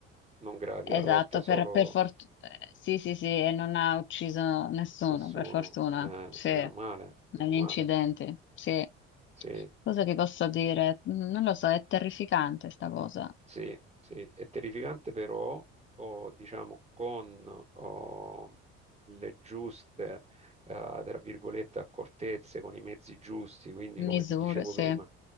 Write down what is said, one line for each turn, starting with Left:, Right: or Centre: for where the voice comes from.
Right: non gravi,
Left: esatto,
Right: ha rotto solo
Left: per, per fort- eh, sì, sì, sì, e non ha ucciso nessuno,
Right: nessuno.
Left: per fortuna,
Right: Eh,
Left: sì,
Right: meno male,
Left: negli
Right: meno male.
Left: incidenti, sì.
Right: Sì,
Left: Cosa ti posso dire? Mm, Non lo so, è terrificante sta cosa.
Right: Sì, sì, è terrificante però, o, diciamo, con o, le giuste, eh, tra virgolette, accortezze, con i mezzi giusti, quindi come
Left: Misure,
Right: ti dicevo
Left: sì.
Right: prima,